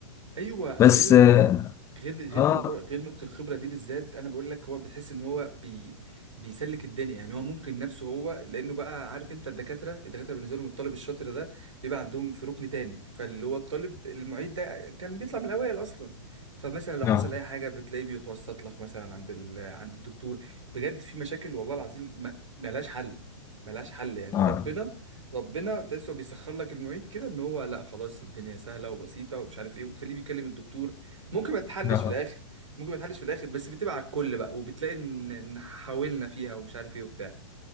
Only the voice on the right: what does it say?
ايوه
غير ال...
غير غير
موضوع غير نقطة الخبرة دي بالذات انا بقول لك هو بتحس ان هو بي... بيسلك الدنيا يعني هو ممكن نفسه هو لانه بقى عارف انت الدكاترة الدكاترة بالنسبة لهم الطالب الشاطر ده بيبقى عندهم في ركن تاني فاللي هو الطالب المعيد ده كان بيطلع من الاوائل اصلا فمثلا لو حصل
اي حاجة بتلاقيه بيتوسط لك مثلا عند ال... عند الدكتور بجد في مشاكل والله العظيم ما... ملهاش حل ملهاش حل يعني
ربنا ربنا تحسه بيسخر لك المعيد كده ان هو لا خلاص الدنيا سهله وبسيطه ومش عارف ايه وتخليه بيكلم الدكتور ممكن ما تحلش
في الاخر ممكن ما تحلش في الاخر بس بتبقى على الكل بقى وبتلاقي ان إن حاولنا فيها ومش عارف ايه وبتاع